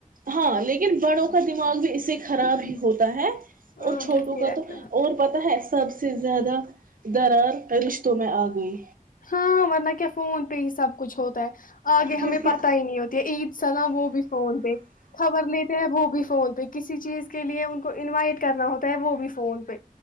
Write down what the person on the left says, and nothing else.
ہاں
بزی
رہتا
ہاں ورنہ کیا فون پے ح سب کچھ ہوتا ہے آگے
ہمیں پت ہی نہیں ہوتی ہے عید سا نا وہ بھی فون پہ خبر لیتے ہیں وہ بھی فون پہ کسی چیز کے لیے ان کو انوائٹ کرنا ہوتا ہے وہ بھی فون پہ